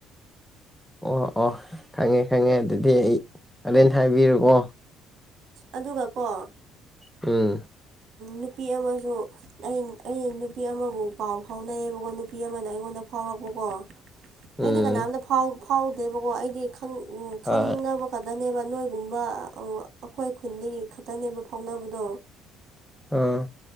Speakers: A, in the centre; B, on the right.
A: ꯑꯣ ꯑꯣ ꯈꯪꯉꯦ ꯈꯪꯉꯦ ꯑꯗꯨꯗꯤ ꯑꯩ ꯑꯗꯨꯂꯦꯟ ꯍꯥꯏꯕꯤꯔꯨꯑꯣ
B: ꯑꯗꯨꯒ ꯀꯣ
A: ꯎꯝ
B: ꯅꯨꯄꯤ ꯑꯃꯁꯨ ꯑꯩ ꯑꯩ ꯅꯨꯄꯤ ꯑꯃꯕꯨ ꯄꯥꯎ ꯐꯥꯎꯅꯩꯌꯦꯕꯀꯣ ꯅꯨꯄꯤ ꯑꯃꯅ ꯑꯩꯉꯣꯟꯗ ꯐꯥꯎꯔꯛꯄꯀꯣ
A: ꯎꯝ
B: ꯑꯩꯗꯤ ꯀꯅꯥꯝꯇ ꯐꯥꯎꯗꯦꯕꯀꯣ ꯑꯩꯗꯤ ꯎ
A: ꯍꯣꯏ
B: ꯈꯪꯅꯕ ꯈꯛꯇꯅꯦꯕ ꯅꯣꯏꯒꯨꯝꯕ ꯑꯃ ꯑꯩꯈꯣꯏ ꯈꯨꯟꯗꯒꯤ ꯈꯛꯇꯅꯦꯕ ꯐꯥꯎꯅꯕꯗꯣ
A: ꯑꯥ